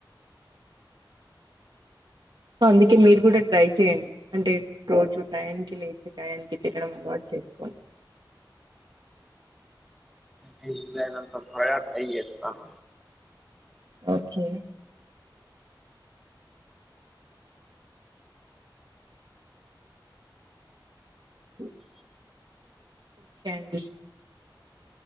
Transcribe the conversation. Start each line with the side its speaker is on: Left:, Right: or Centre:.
Right: సో అందుకే మీరు కూడా ట్రై చేయండి అంటే రోజు టయానికి లేచి టయానికి తినడం అలవాటు చేసుకోండి
Centre: మీకు వీళ్ళేనంత త్వరగా ట్రై చేస్తాను
Right: ఓకే ఉమ్ ఓకే అండి